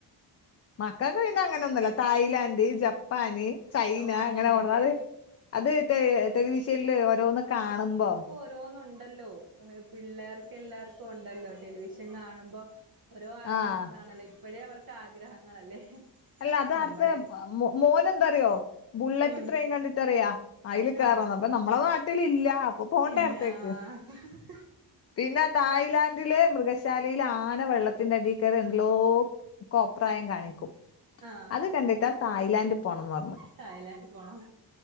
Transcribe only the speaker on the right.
ഓ അങ്ങനെയൊക്കെ
ന്തോന്നുണ്ടല്ലോ പിള്ളേർക്ക് എല്ലാർക്കും ഒണ്ടല്ലോ ടെലിവിഷൻ കാണുമ്പം ഓരോ ആഗ്രഹങ്ങളാണല്ലോ
ഇപ്പഴേ അവർക്ക് ആഗ്രഹങ്ങളല്ലേ
നമ്മടെ
ഉം
ആഹ്
ഇല്ല
ആഹ്
ആഹ്
തായ്ലാൻഡിൽ പോണം